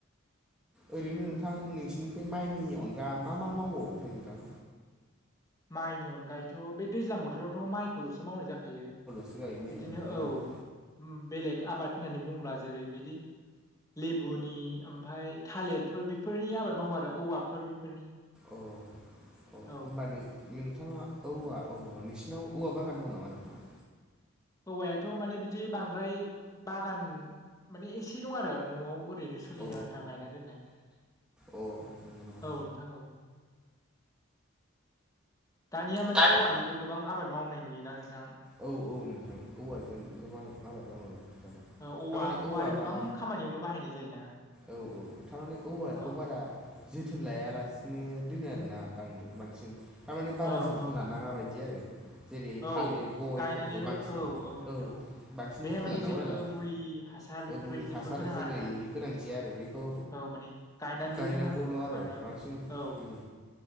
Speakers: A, in the centre; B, on the left.
A: ओरैनो नोंथां नोंसिनिफ्राय माइनि अनगा मा मा मावबावोथाय नोंथां?
B: माइनि अनगायैथ' बे दैज्लां बोथोरावथ' माइखौल'सो मावनाय जाखायो।
A: बिसो गायनो
B: बिदिनो
A: आरो ओरैबो
B: औ उम बेलेग आबाद होननानै बुङोबा जेरै बिदि लेबुनि ओमफाय थालिरफोर बेफोरनि आबाद मावो आरो औवाफोर बेफोरनि
A: अ अ
B: औ
A: होनबानो नोंथाङा औवा औ नोंसिनाव औवा बागान दं नामा नोंथां?
B: औवायाथ' माने बिदि बांद्राय बागान माने एसे दं आरो न'आव ओरैनोसो सोलिनो
A: औ
B: आन्था गायना दोननाय
A: अ नंगौ नामा?
B: औ नोंथां औ। दानिया माने
A: दा
B: औवानिबो गोबां आबाद मावनाय नुयोना नोंथां।
A: औ औ नोंथां औवाजों गोबां आबाद मावदों दाना।
B: ओ औवाखौ
A: थारमाने औवा
B: आरो गोबां
A: बा
B: खामानियावनो बाहायनाय जायोना।
A: औ औ थारे माने औवखौ
B: औ
A: बारा जोथोन लायालासिनो दोनो आरोना बां बांसिन थारमाने बारा
B: औ
A: जोथोन
B: औ
A: लानाङा बायदि आरो जेरै
B: औ
A: थालिर गयफोरखौ
B: गायनानैल'
A: बांसिन
B: औ औ
A: ओ
B: नोंथां औ
A: बांसिन
B: बेहाय
A: जोथोन
B: माने
A: लानांगौ
B: जेबो
A: नालाय
B: मुलि हासार बेफोरबायदि
A: ओमुनि
B: जेबो
A: हासार
B: होनाङा
A: जेबोयदि
B: आरोना बेखौ
A: गोनांथि आरो बेखौ
B: औ माने गायनानैल'
A: गायनांगौल'
B: दोननांगौ होमबाना
A: आरो बांसिन
B: औ
A: उम।